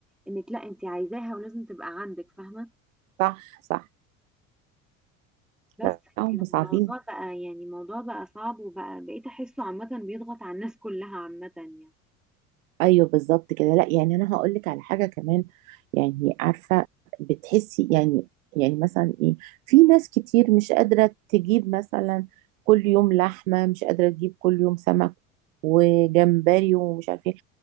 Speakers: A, in the centre; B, on the right.
A: انك لا انت عايزاها ولازم تبقى عندك فاهمه
B: صح صح
A: بس
B: لا
A: لكن
B: هم
A: الموضوع
B: صعبين
A: بقى يعني الموضوع بقى صعب وبقى بقيت احسه عامه بيضغط على الناس كلها عامه يعني
B: ايوه بالظبط كده لا يعني انا هقول لك على حاجه كمان يعني عارفه بتحسي يعني يعني مثلا ايه في ناس كتير مش قادره تجيب مثلا كل يوم لحمه مش قادره تجيب كل يوم سمك وجمبري ومش عارفه ايه